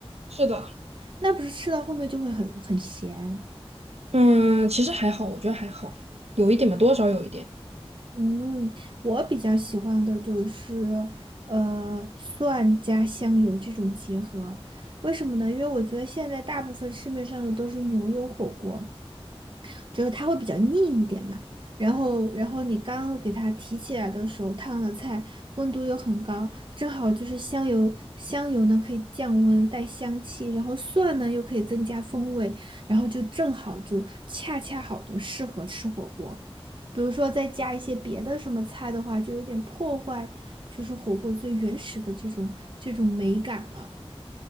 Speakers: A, on the right (about 80°); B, on the right (about 50°).
A: 是的，
B: 那不是吃到后面就会很很咸。
A: 嗯，其实还好，我觉得还好，有一点吧，多少有一点。
B: 嗯，我比较喜欢的就是呃蒜加香油这种结合，为什么呢？因为我觉得现在大部分市面上的都是牛油火锅。就是它会比较腻一点嘛。然后，然后你刚给它提起来的时候，烫了菜，温度又很高，正好就是香油，香油呢可以降温带香气，然后蒜呢又可以增加风味，然后就正好就恰恰好的适合吃火锅。比如说再加一些别的什么菜的话，就有点破坏，就是火锅最原始的这种这种美感了。